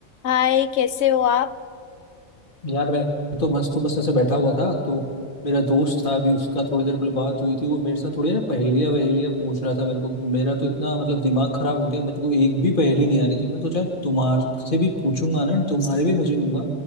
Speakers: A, on the left; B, on the left.
A: हाय कैसे हो आप
B: यार मैं तो मस्त हूँ बस ऐसे बैठा हुआ था तो मेरा दोस्त था अभी उसका थोड़ी देर पहले बात हुई थी वो मेरे साथ थोड़ी ना पहेलियाँ वहेलियाँ पूछ रहा था मेरे को मेरा तो इतना मतलब दिमाग खराब हो गया मेरे को एक भी पहेली नहीं आ रही थी मैं सोचा तुम्हारे से भी पूछूंगा ना तुम्हारे भी मजे लूंगा